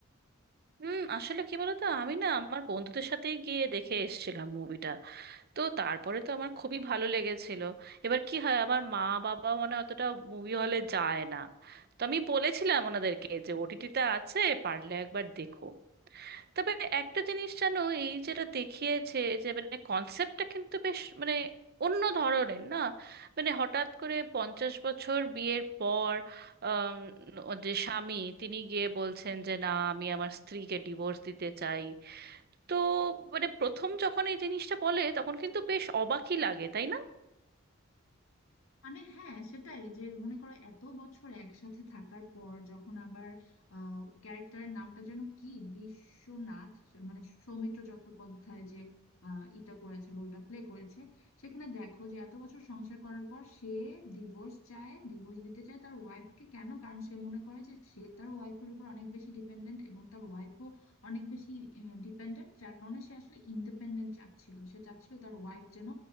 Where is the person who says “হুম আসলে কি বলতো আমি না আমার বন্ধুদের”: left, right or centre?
Right